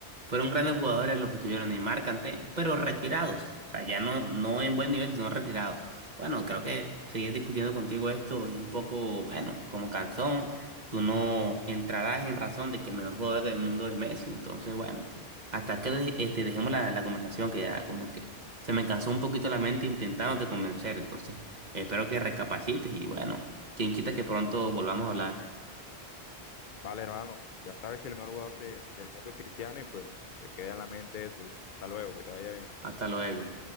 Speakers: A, on the right; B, on the left.
A: Fueron grandes jugadores los que estuvieron Neymar, Kanté, pero retirados. O sea, ya no, no en buen nivel, sino retirados. Bueno, creo que seguir discutiendo contigo esto es un poco, bueno, como cansón. Tú no entrarás en razón de que el mejor jugador del mundo es Messi. Entonces, bueno, hasta que de- este, dejemos la, la conversación, que ya como que se me cansó un poquito la mente intentándote convencer. Entonces, espero que recapacites y bueno, quien quita que pronto volvamos a hablar.
B: Vale, hermano, ya sabes que el mejor jugador de- del mundo es Cristiano y pues te queda en la mente eso y hasta luego, que te vaya bien.
A: Hasta luego.